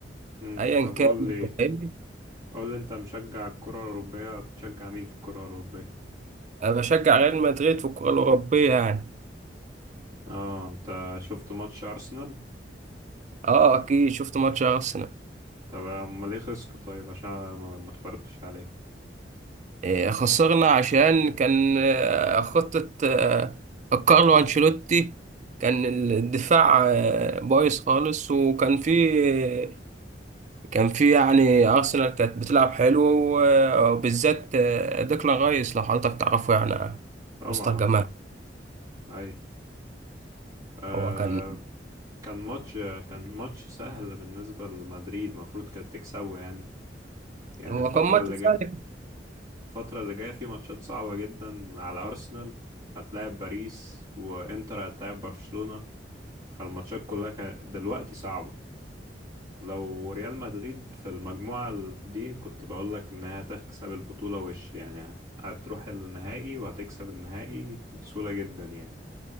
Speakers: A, on the right; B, on the right.
A: امم
B: ايا
A: طب
B: كان
A: قول
B: انت
A: لي
B: فاهمني
A: قول لي انت مشجع الكرة الأوروبية بتشجع مين في الكرة الأوروبية
B: انا بشجع ريال مدريد في الكره الاوروبيه يعني
A: اه انت شفت ماتش أرسنال
B: اه اكيد شفت ماتش ارسنال
A: طب امال ليه خسروا طيب عشان ما ما اتفرجتش عليه
B: آه، خسرنا عشان كان آه، خطة آه، كارلو أنشيلوتي كان الدفاع آه، بايظ خالص وكان في آه، كان في يعني أرسنال كانت بتلعب حلو و- وبالذات آه، ديكلان رايس لو حضرتك تعرفه يعني
A: طبعا
B: مستر جمال
A: عارف اي آه
B: هو كان
A: كان ماتش كان ماتش سهل بالنسبة لمدريد المفروض كانت تكسبه يعني يعني
B: هو
A: الفترة
B: كان ماتش
A: اللي جاية
B: سهل
A: الفترة اللي جاية في ماتشات صعبة جدا على أرسنال هتلاعب باريس وإنتر هتلاعب برشلونة فالماتشات كلها كان- دلوقتي صعبة لو ريال مدريد في المجموعة دي كنت بقولك إنها هتكسب البطولة وش يعني هتروح النهائي وهتكسب النهائي بسهولة جدا يعني